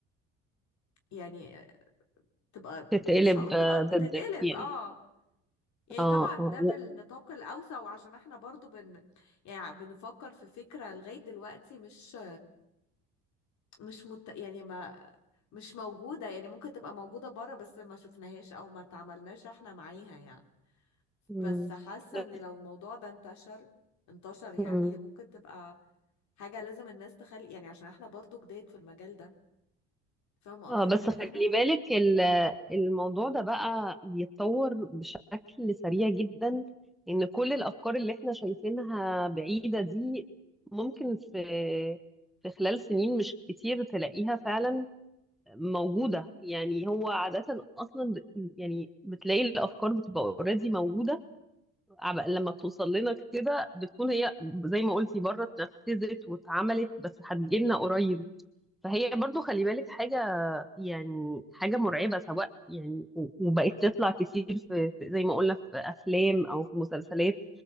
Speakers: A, on the left; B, in the centre.
A: يعني تبقى
B: تتقلب
A: مش هقول
B: آه،
A: تبقى
B: ضدك
A: تتقلب
B: يعني
A: اه يعني
B: اه
A: طبعا
B: اه
A: ده بالنطاق
B: و-
A: الاوسع وعشان احنا برضو بن يعني بنفكر في فكرة لغاية دلوقتي مش مش مت... يعني ما مش موجودة يعني ممكن تبقى موجودة بره بس ما شفناهاش او ما تعاملناش احنا معاها يعني
B: مم.
A: بس حاسة
B: بس
A: ان لو الموضوع ده انتشر انتشر يعني
B: مم.
A: ممكن تبقى حاجة لازم الناس تخلي يعني عشان احنا برضو جداد في المجال ده فاهمة
B: اه
A: قصدي
B: بس
A: يعني حاجة
B: خلي
A: احنا ما
B: بالك ال- الموضوع ده بقى بيتطور بشكل سريع جدا ان كل الافكار اللي احنا شايفينها بعيدة دي ممكن في في خلال سنين مش كتير تلاقيها فعلا موجودة يعني هو عادة أصلا بت يعني بتلاقي الأفكار بتبقى اوريدي موجودة عب- لما بتوصل لنا كده بتكون هي زي ما قلتي بره اتنفذت واتعملت بس هتجيلنا قريب فهي برضو خلي بالك حاجة يعني حاجة مرعبة سواء يعني و- وبقت تطلع كتير في في- زي ما قلنا في أفلام أو في مسلسلات